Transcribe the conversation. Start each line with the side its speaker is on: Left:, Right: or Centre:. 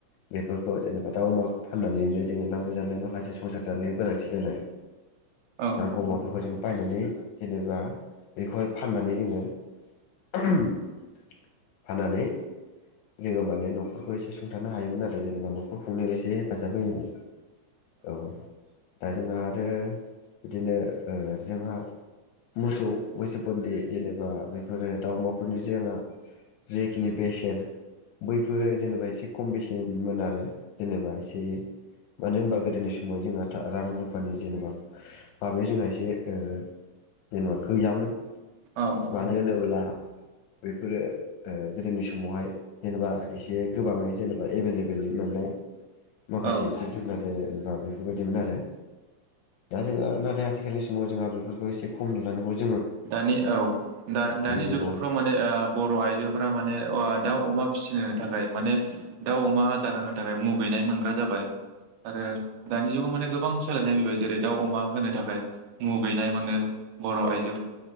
Left: बेफोर बेखौ जेनेबा दाउ अमा फाननानैनो जोंङो नांगौ जानाय माखासे संसार जानायाव गोनांथि जानाय
Right: औ औ
Left: नांगौमाफोरखौ जों बायनानै जेनेबा बेखौहाय फाननानै जोङो <unintelligible> फाननानै जोङो माने न'खरखौ एसे सुंथानो हायोमोन आरो जेनेबा न'खर खुंनायाव एसे हेफाजाब होयोमोन औ दा जोंहा आरो बिदिनो ओ जोंहा मोसौ मैसोफोरनि जेनेबा बेफोरो दाउमाफोरनि जोंहा जेखिनि बेसेन बैफोरो जेनेबा एसे खम बेसेनमोन आरो जेनेबा एसे मानो होनबा गोदोनि समाव जोंहा रां रुफानि जेनेबा माबायाव जोंहा एसे ओ जेनेबा गैयामोन
Right: औ
Left: मानो होनोब्ला बेफोरो ओ गोदोनि समावहाय जेनेबा एसे गोबाङै जेनेबा एभेलेबेलै मोननाय माखासे
Right: औ
Left: जिब जुनार ओ बा बेफोरबायदिमोन आरो दा जोंहा नाथाय आथिखालनि समाव जोंहा बेफोरखौ एसे खम नुलानायखौ जों
Right: दानि औ दा दानि
Left: जुगावहाय
Right: जुगफ्राव माने ओ बर' आइजोफोरा माने अ दाउ अमा फिसिनो थाखाय माने दाउ अमा आदार होनो थाखाय मुगैनाय मोनग्रा जाबाय आरो दानि जुगाव माने गोबां सोलायनाय फैबाय जेरै दाउ अमा होनो थाखाय मुगैनाय मोनो बर' आइजो